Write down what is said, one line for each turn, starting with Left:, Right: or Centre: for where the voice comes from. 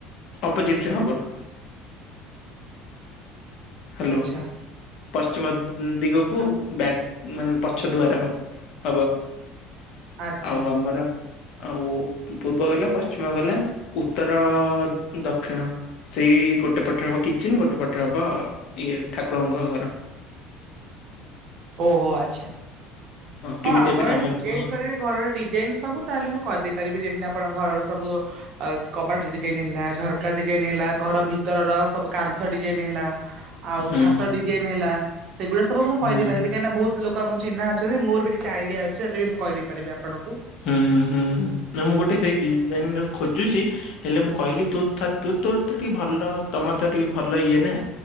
Left: ଅପୋଜିଟରେ ହବ। ହାଲୋ
Right: ଆଚ୍ଛା
Left: ପଶ୍ଚିମ ଦିଗକୁ
Right: ଆ
Left: ବ୍ୟା ମାନେ ପଛ ଦୁଆର ହ ହବ
Right: ଆଚ୍ଛା।
Left: ଆଉ ଆମର ଆଉ ପୂର୍ବ ଗଲା ପଶ୍ଚିମ ଗଲା ଉତ୍ତର, ଦକ୍ଷିଣ। ସେଇ ଗୋଟେ ପଟରେ ହବ କିଚେନ ଗୋଟେ ପଟରେ ହବ ଇଏ ଠାକୁରଙ୍କ ଘର।
Right: ଓହୋ ଆଚ୍ଛା।
Left: କେମିତି
Right: ହଁ ଆପଣ
Left: ଏବେ ତମେ
Right: ଡିଜାଇନ
Left: କୁହ
Right: କରିବେ ଘରର ଡିଜାଇନ ସବୁ ତାହେଲେ ମୁଁ କହିଦେଇ ପାରିବି ଯେମିତି ଆପଣ ଘରର ସବୁ ଆଉ କବାଟ ଡିଜାଇନ ହେଲା ଝରକା ଡିଜାଇନ ହେଲା ଘର ଭିତରର ସବୁ କାନ୍ଥ ଡିଜାଇନ ହେଲା ଆଉ
Left: ହୁଁ
Right: ଛାତ ଡିଜାଇନ ହେଲା ସେଗୁଡା ସବୁ ମୁଁ
Left: ହୁଁ।
Right: କହିଦେଇ ପାରିବି କାହିଁକିନା ବୋହୁତ ଲୋକ ଆମର ଚିହ୍ନା ଅଛନ୍ତି ମୋର ବି କିଛି ଆଇଡିଆ ଅଛି ଏତେ ବି ମୁଁ କହିଦେଇ ପାରିବି ଆପଣଙ୍କୁ।
Left: ହୁଁ ହୁଁ ନା ମୁଁ ଗୋଟେ ସେଇ ଡିଜାଇନର ଖୋଜୁଛି ହେଲେ ମୁଁ କହିଲି ତୁ ଥର ତୁ ତୋର ତ ଟିକେ ଭଲ ତମର ତ ଟିକେ ଭଲ ଇଏ ନା